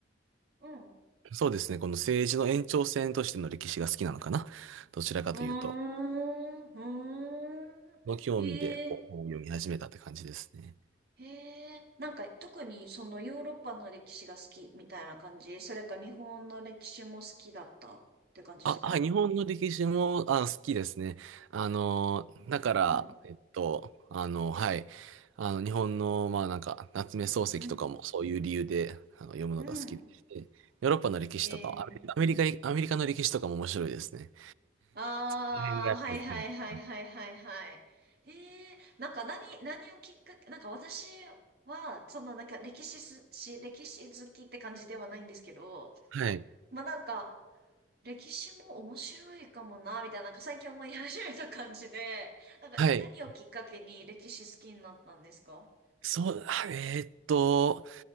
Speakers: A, on the right; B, on the right.
A: うん。
B: そうですね、この政治の延長線としての歴史が好きなのかな。どちらかというと、
A: うーん、うーん。
B: の興味でこう本を読み始めたって感じですね。
A: へえ、へえ。なんか特にそのヨーロッパの歴史が好きみたいな感じそれか日本の歴史も好きだったって感じですか
B: あ、はい、日本の歴史も、あ、好きですね。あの、だから、
A: うん、
B: えっと、あの、はい、あの、日本の、まあ、なんか、夏目漱石とかもそういう理由で、
A: うん、
B: あの、読むのが好きでして、
A: うん。
B: ヨーロッパの歴史とか、
A: へえ。
B: アメリアメリカアメリカの歴史とかも面白いですね。
A: ああ、
B: この辺がやっぱり好きだった
A: はいはいはいはいはいはい。へえ、なんか何、何をきっかけ、なんか私は、そのなんか歴史す、し、歴史好きって感じではないんですけど、
B: はい、
A: まあなんか、歴史も面白いかもな、みたいな、なんか最近思い始めた感じで、なんか、
B: はい、
A: い、何をきっかけに歴史好きになったんですか
B: そう、あえーっと、